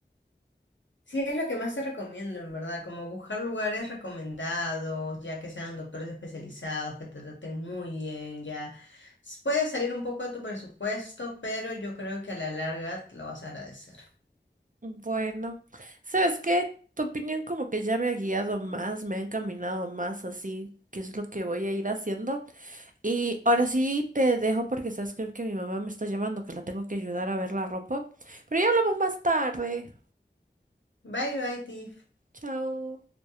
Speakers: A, on the left; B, on the right.
A: Sí, es lo que más te recomiendo, en verdad, como buscar lugares recomendados, ya que sean doctores especializados, que te traten muy bien, ya. S- Puede salir un poco de tu presupuesto, pero yo creo que a la larga lo vas a agradecer.
B: Bueno, ¿sabes qué? Tu opinión como que ya me ha guiado más, me ha encaminado más así, que es lo que voy a ir haciendo. Y ahora sí te dejo porque sabes que, que mi mamá me está llamando, que la tengo que ayudar a ver la ropa. Pero ya hablamos más tarde.
A: Bye, bye, Tiff.
B: Chao.